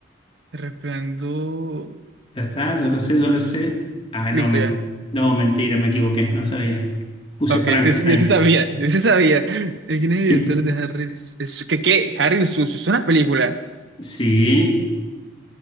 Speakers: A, on the right; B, on the left.
A: Resplandor.
B: Ya está, yo lo sé, yo lo sé. Ah, no,
A: Listo,
B: men-
A: ya.
B: no, mentira, me equivoqué. No sabía. Puse
A: Ok,
B: Frankenstein.
A: sí, sí, yo sí sabía, yo sí sabía. Eh, ¿Quién es el
B: ¿Quién
A: director de Harry? el Su- ¿Qué, qué? Harry el Sucio, es una película.
B: es? Sí,